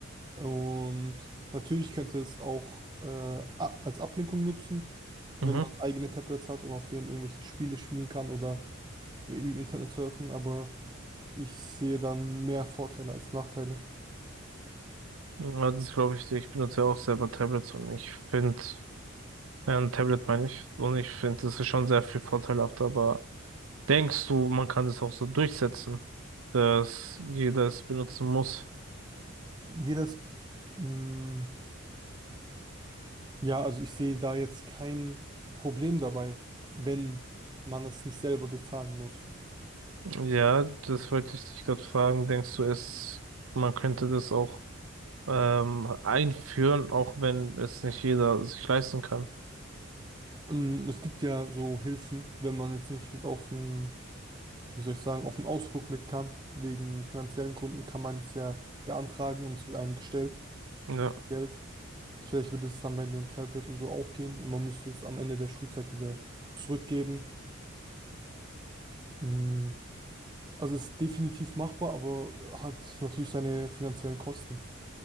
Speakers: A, on the right; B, on the right.
A: Und natürlich könnte es auch äh, a- als Ablenkung nützen, wenn
B: Mhm.
A: man eigene Tablets hat und auf denen irgendwelche Spiele spielen kann oder im Internet surfen, aber ich sehe dann mehr Vorteile als Nachteile.
B: Ja, Das glaube ich, dir. ich benutze ja auch selber Tablets und ich finde, ein Tablet meine ich, und ich finde, das ist schon sehr viel vorteilhafter, aber denkst du, man kann das auch so durchsetzen, dass jeder es benutzen muss?
A: Jedes, mm, Ja, also ich sehe da jetzt kein Problem dabei, wenn man es nicht selber bezahlen muss.
B: Ja, das wollte ich dich gerade fragen. Denkst du, es, man könnte das auch ähm, einführen, auch wenn es nicht jeder sich leisten kann.
A: Ähm, Es gibt ja so Hilfen, wenn man jetzt nicht mit auf den, wie soll ich sagen, auf den Ausflug mit kann. Wegen finanziellen Gründen kann man es ja beantragen und es wird einem gestellt,
B: Ja.
A: Geld. Vielleicht würde es dann bei den Tabletten so auch gehen und man müsste es am Ende der Schulzeit wieder zurückgeben. Mm, Also es ist definitiv machbar, aber hat natürlich seine finanziellen Kosten.